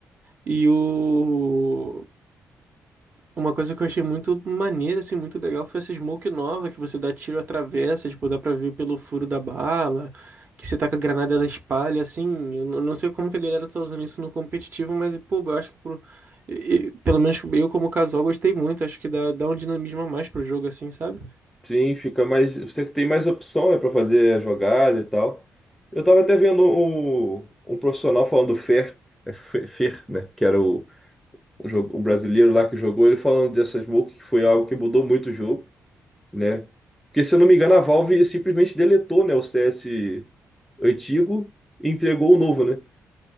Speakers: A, on the right; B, in the centre.
A: E o... Uma coisa que eu achei muito maneira, assim, muito legal foi essa smoke nova que você dá tiro atravessa, tipo, dá pra ver pelo furo da bala, que você taca a granada ela espalha, assim. Eu n- não sei como que a galera tá usando isso no competitivo, mas, pô, eu acho que pro... e- e- pelo menos eu como casual gostei muito, acho que dá, dá um dinamismo a mais pro jogo, assim, sabe?
B: Sim, fica mais. Você tem mais opção, né, pra fazer a jogada e tal. Eu tava até vendo um, um profissional falando do Fer, é Fe- Fer, né? Que era o, o, jogo, o brasileiro lá que jogou, ele falando dessa smoke, que foi algo que mudou muito o jogo né? Porque, se eu não me engano, a Valve simplesmente deletou, né, o CS antigo e entregou o novo, né?